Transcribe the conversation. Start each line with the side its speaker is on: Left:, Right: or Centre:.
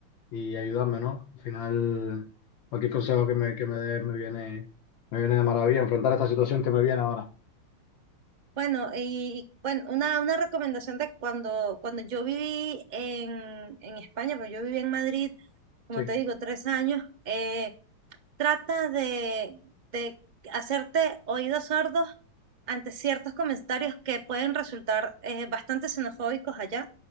Left: y ayudarme, ¿no? Al final, cualquier consejo que me, que me des me viene, me viene de maravilla enfrentar esta situación que me viene ahora.
Right: Bueno, y bueno, una, una recomendación de cuando, cuando yo viví en, en España, pero yo viví en Madrid, como
Left: Sí,
Right: te digo, tres años, eh, trata de, de hacerte oídos sordos ante ciertos comentarios que pueden resultar eh, bastante xenofóbicos allá